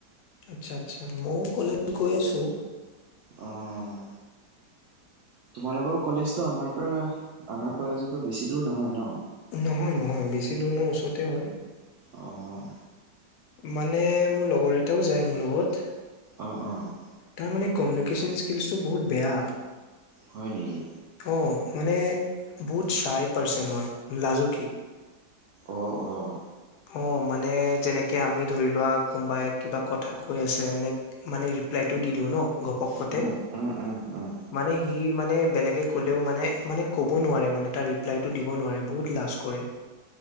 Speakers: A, on the left; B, on the right.
A: আচ্ছা, আচ্ছা, মইও কলেজ গৈ আছো।
B: অ', তোমালোকৰ কলেজটো আমাৰ পৰা, আমাৰ কলেজৰ পৰা বেছি দূৰ নহয় ন?
A: নহয়, নহয়, বেছি দূৰ ন ওচৰতে হয়।
B: অ', অ'।
A: মানে মোৰ লগৰ এটাও যায় মোৰ লগত।
B: অ', অ'।
A: তাৰ মানে কমিউনিকেশ্যন স্কিলচটো বহুত বেয়া।
B: হয় নেকি?
A: অ' মানে বহুত চাই পাৰ্চন হয়, লাজুকী।
B: অঁ
A: <inaudible>
B: অঁ
A: অ' মানে যেনেকে আমি ধৰি লোৱা কোনোবাই কিবা কথা কৈ আছে এনে মানে ৰিপ্লাইটো দি দিওঁ ন' গপকতে।
B: উম উম উম উম
A: মানে সি মানে বেলেগে ক'লেও মানে মানে ক'ব নোৱাৰে মানে তাৰ ৰিপ্লাইটো দিব নোৱাৰে, বহুত লাজ কৰে।